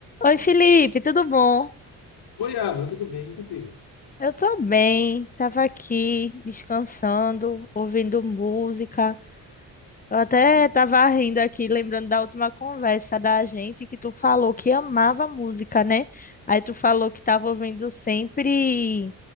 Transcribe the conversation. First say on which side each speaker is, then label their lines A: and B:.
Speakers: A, on the left (about 20°); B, on the left (about 75°).
A: Oi, Felipe, tudo bom?
B: Oi, Abra, tudo bem? E contigo?
A: Eu tô bem, tava aqui descansando, ouvindo música. Eu até
B: E
A: tava rindo aqui, lembrando da última conversa da gente que tu falou que amava música, né? Aí tu falou que tava ouvindo sempre,